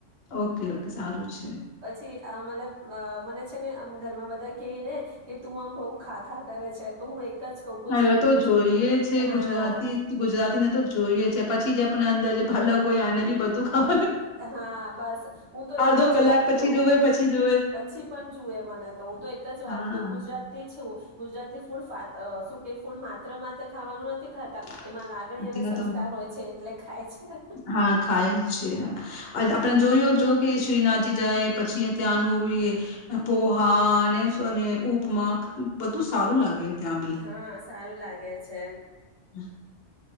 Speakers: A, on the left; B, on the right.
A: ઓકે ઓકે સારું છે.
B: અ પછી આ મતલબ મને છે ને આમ ઘરમાં બધા કેય ને કે તું આમ બઉુ ખા ખા કરે છે. તો હું એક જ કહ ગુજરાતી
A: હવે તો જોઈએ
B: છું
A: છે
B: હા.
A: ગુજરાતી ગુજરાતીને તો જોઈએ છે પછી જે આપણા અંદર જે <unintelligible> આને બી બધું ખાવ
B: હા બસ હું તો
A: અડધો
B: એક જ
A: કલાક
B: વાત
A: પછી
B: કઉું
A: જોવે પછી જોવે
B: પછી પણ જુએ મને તો હું તો એક જ
A: હા
B: વાત કું ગુજરાતી છું. ગુજરાતી ફૂડ ફાત શું કે ફૂડ માત્ર માત્ર ખાવાનું નથી ખાતા.
A: <unintelligible>
B: એમાં લાગણી અને
A: તો
B: સંસ્કાર હોય છે એટલે ખાય છે.
A: હા ખાયે જ છે અજ આપણે જોયું જોયું કે શ્રીનાથજી જાય પછી ત્યાનુંવી પો હા અને અને ઉપ મા બધું સારું લાગે ત્યાં બી
B: હા સારું લાગે છે એમ
A: <inaudible>